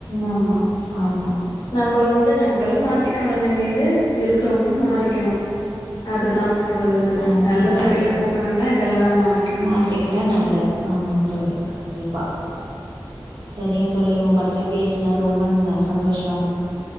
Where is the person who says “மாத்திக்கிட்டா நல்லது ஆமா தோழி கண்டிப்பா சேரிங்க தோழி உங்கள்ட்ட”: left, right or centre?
Right